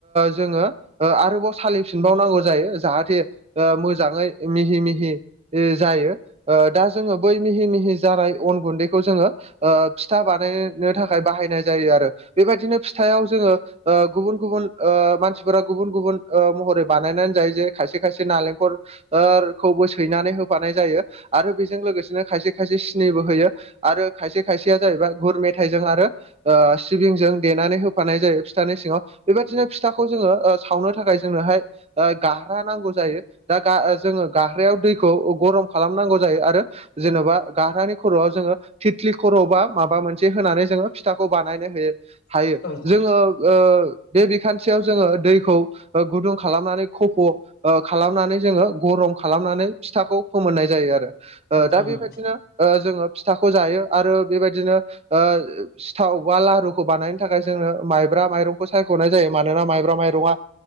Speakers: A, on the right; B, on the left.
A: जोङो आरोबाव सालिफिनबावनांगौ जायो जाहाथे मोजाङै मिहि मिहि जायो दा जोङो बै मिहि मिहि जाराय अन गुन्दैखौ जोङो फिथा बानायनो थाखाय बाहायनाय जायो आरो बेबायदिनो फिथायाव जोङो गुबुन गुबुन मान मानसिफोरा गुबुन गुबुन महरै बानायनानै जायो जे खायसे खायसे नालेंखर खौबो सैनानै होफानाय जायो आरो बेजों लोगोसेनो खायसे खायसे सिनिबो होयो आरो खायसे खायसेया जाहैबाय गुर मेथाइजों आरो सिबिंजों देनानै होफानाय जायो फिथानि सिङाव बेबायदिनो फिथाखौ खौ जोङो सावनो थाखाय जोंनोहाय गारहा नांगौ जायो दा गा जोङो गारहायाव दैखौ गरम खालामनांगौ जायो आरो जेन'बा गारहानि खर'आव जोङो थिथ्लि खर' बा माबा मोनसे होनानै जोङो फिथाखौ बानायनो होयो हायो
B: औ नोंथां
A: जोङो बे बिखानथि ससेयाव जोङो दैखौ गुदुं खालामनानै खफ' खालामनानै जोङो गरम खालामनानै फिथाखौ फोमोननाय जायो आरो
B: औ नोंथां औ नोंथां
A: दा बेबायदिनो
B: औ
A: जोङो फिथाखौ जायो आरो बेबायदिनो सिथाव बा लहारुखौ बानायनो थाखाय जोङो माइब्रा माइरंखौ सायख'नाय जायो मानोना माइब्रा माइरङा